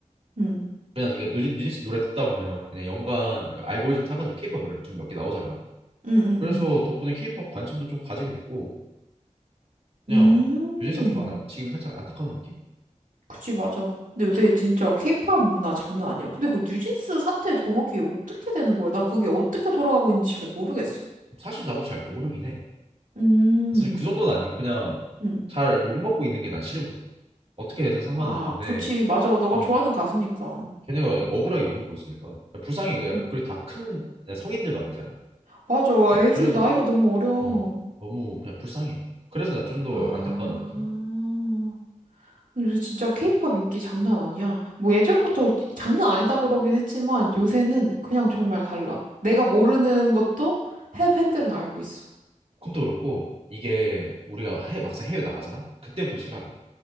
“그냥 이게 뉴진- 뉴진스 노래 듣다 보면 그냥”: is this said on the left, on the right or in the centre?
Right